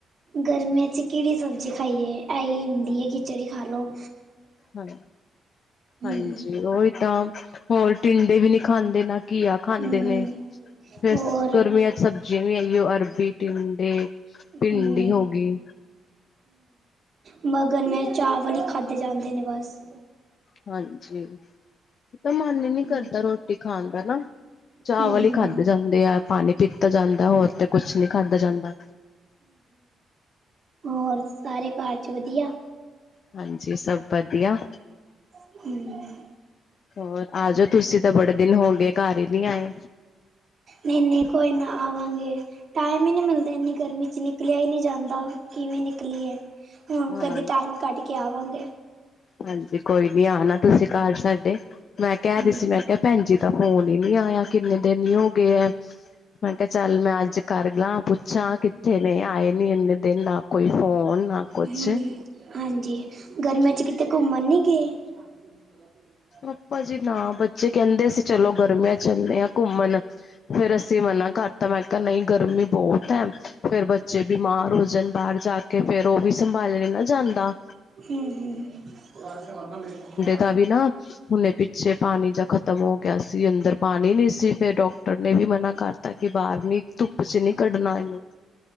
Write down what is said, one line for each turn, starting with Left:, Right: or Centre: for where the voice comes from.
Right: ਗਰਮੀਆਂ ਚ ਕਿਹੜੀ ਸਬਜ਼ੀ ਖਾਈਏ, ਇਹੀ ਹੁੰਦੀ ਹੈ ਖਿਚੜੀ ਖਾ ਲਓ।
Left: ਹਾਂ
Right: ਹਮ
Left: ਹਾਂਜੀ ਉਹੀ ਤਾਂ। ਹੋਰ ਟਿੰਡੇ ਵੀ ਨਹੀਂ, ਖਾਂਦੇ ਨਾ ਘੀਆ ਖਾਂਦੇ
Right: ਹਮ
Left: ਨੇ। ਫੇਰ
Right: ਹੋਰ
Left: ਗਰਮੀਆਂ ਚ ਸਬਜ਼ੀਆਂ ਵੀ ਆਈਓ ਅਰਬੀ ਟਿਡੇ। ਭਿੰਡੀ
Right: ਹਮ
Left: ਹੋ ਗਈ।
Right: ਮਗਰ, ਮੈਂ ਚਾਵਲ ਹੀ ਖਾਧੇ ਜਾਂਦੇ ਨੇ ਬਸ।
Left: ਹਾਂਜੀ। ਤਾਂ ਮਨ ਹੀ ਨੀ
Right: ਹਮ
Left: ਕਰਦਾ, ਰੋਟੀ ਖਾਣ ਦਾ ਨਾ ਚਾਵਲ
Right: ਹਮ ਹਮ
Left: ਹੀ ਖਾਧੇ ਜਾਂਦੇ ਆ ਪਾਣੀ ਪੀਤਾ ਜਾਂਦਾ, ਹੋਰ ਤੇ ਕੁਛ ਨੀ ਖਾਦਾ ਜਾਂਦਾ।
Right: ਹੋਰ ਸਾਰੇ ਘਰ ਚ ਵਧੀਆ।
Left: ਹਾਂਜੀ ਸਭ ਵਧੀਆ।
Right: ਹਮ।
Left: ਹੋਰ ਆ ਜਾਓ ਤੁਸੀਂ ਤਾਂ ਬੜੇ ਦਿਨ ਹੋਗੇਏ, ਘਰ ਹੀ ਨਹੀਂ ਆਏ।
Right: ਨਹੀਂ -ਨਹੀਂ ਕੋਈ ਨਾ ਆਵਾਂਗੇ। ਟਾਈਮ ਹੀ ਨਹੀਂ ਮਿਲਦਾ, ਇੰਨੀ ਗਰਮੀ 'ਚ ਨਿਕਲਿਆ ਹੀ ਨਹੀਂ ਜਾਂਦਾ ਕਿਵੇਂ ਨਿਕਲੀ ਏ। ਹੁਣ
Left: ਹਾਂਜੀ
Right: ਕਦੇ ਟਾਈਮ ਕੱਢ ਕੇ ਆਵਾਂਗੇ।
Left: ਹਾਂਜੀ ਕੋਈ ਨੀ ਆਣਾ, ਤੁਸੀਂ ਘਰ ਸਾਡੇ ਮੈਂ ਕਹਿ
Right: ਹਮ
Left: ਰਹੀ ਸੀ ਮੈਂ ਕਿਹਾ ਭੈਣਜੀ ਤਾਂ ਫੋਨ ਹੀ ਨੀ ਆਇਆ, ਕਿੰਨੇ ਦਿਨ ਨ ਹੋ ਗਏ ਐ। ਮੈਂ ਕਿਹਾ ਚੱਲ ਮੈਂ ਅੱਜ ਕਰ ਲਾਂ ਪੁੱਛਾਂ, ਕਿੱਥੇ ਨੇ ਆਏ ਨੀ ਇੰਨੇ ਦਿਨ ਆਪ। ਕੋਈ ਫੋਨ ਨਾ ਕੁਛ।
Right: ਹਮ ਹਾਂਜੀ, ਗਰਮੀਆਂ 'ਚ ਕਿਤੇ ਘੁੰਮਣ ਨਹੀਂ ਗਏ। ਜ੍ਹਾ।
Left: ਪਾਪਾ ਜੀ ਨਾ ਬੱਚੇ ਕਹਿੰਦੇ ਸੀ, ਚਲੋ ਗਰਮੀਆਂ ਚੱਲਦੇ ਆ ਘੁੰਮਣ। ਫ਼ੇਰ ਅਸੀਂ ਮਨਾ ਕਰ ਤਾਂ, ਮੈਂ ਕਿਹਾ ਨਹੀਂ ਗਰਮੀ ਬਹੁਤ ਫੇਰ ਬੱਚੇ ਬਿਮਾਰ ਹੋ ਜਾਣ ਬਾਹਰ ਜਾ ਕੇ, ਫੇਰ ਉਹ ਵੀ ਸੰਭਾਲਾ ਨਹੀਂ ਨਾ ਜਾਂਦਾ।
Right: ਹਮ -ਹਮ, ਹ।
Left: ਤਾ ਵੀ ਨਾ ਹੁਨਣੇ ਪਿੱਛੇ ਪਾਣੀ ਜਾਂ ਖਤਮ ਹੋ ਗਿਆ ਸੀ ਅੰਦਰ ਪਾਣੀ ਨੀ ਸੀ, ਫੇਰ ਡਾਕਟਰ ਨੇ ਵੀ ਮਨਾ ਕਰਤਾ। ਤਾ ਕਿ ਬਾਹਰ ਨੀ ਧੁੱਪ ਚ ਨੀ ਕੱਢਣਾ ਇਹਨੂੰ।